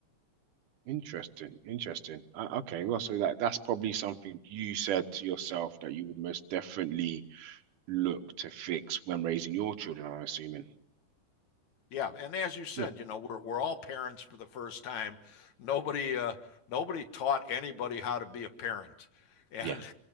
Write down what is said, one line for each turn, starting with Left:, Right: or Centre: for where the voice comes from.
Right: Interesting, interesting. Uh, okay, well, so that that's probably something you said to yourself that you would most definitely look to fix when raising your children, I'm assuming.
Left: Yeah, and as you said,
Right: Yeah.
Left: you know, we're we're all parents for the first time. Nobody uh, nobody taught anybody how to be a parent, <laughs> and
Right: Yeah.